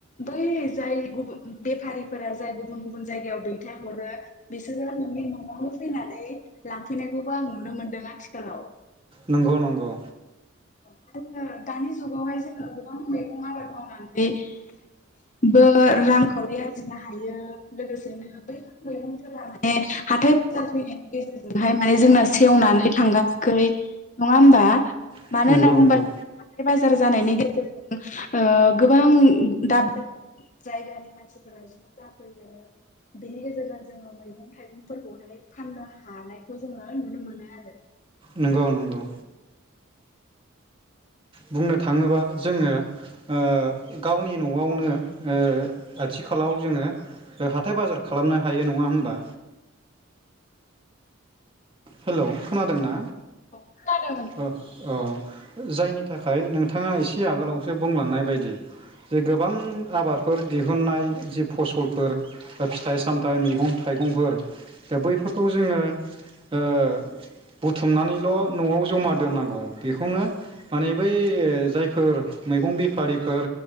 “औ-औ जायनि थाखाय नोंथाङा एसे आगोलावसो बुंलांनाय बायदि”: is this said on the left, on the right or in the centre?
Right